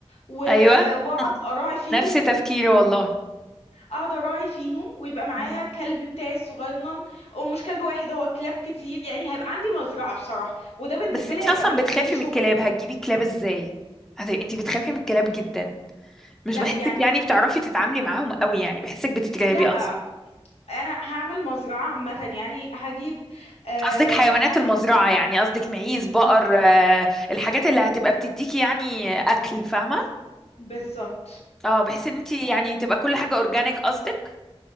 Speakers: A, on the left (about 85°); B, in the centre.
A: و-
B: ايوه
A: واقعد اراعي فيهم
B: نفس تفكيري والله
A: اقعد اراعي فيهم ويبقى معايا
B: مم.
A: الكلب بتاعي الصغنن ومش كلب واحد هو كلاب كتير يعني هيبقى عندي مزرعة بصراحة وده بالنسبة
B: بس انت
A: لي هيبقى
B: اصلا
A: بالنسبة
B: بتخافي
A: لي شغلي
B: من الكلاب هتجيبي كلاب ازاي انت بتخافي من الكلاب جدا مش
A: لا
B: بحسك
A: يعني
B: يعني بتعرفي تتعاملي معاهم قوي يعني بحسك بتترعبي
A: لا
B: اصلا
A: انا هعمل مزرعة عامة يعني هجيب أم،
B: قصدك حيوانات
A: هجيب
B: المزرعة يعني قصدك معيز بقر آه، الحاجات اللي هتبقى بتديكي يعني اكل فاهمة
A: بالظبط
B: اه بحيث ان انت يعني تبقى كل حاجة اورجانيك قصدك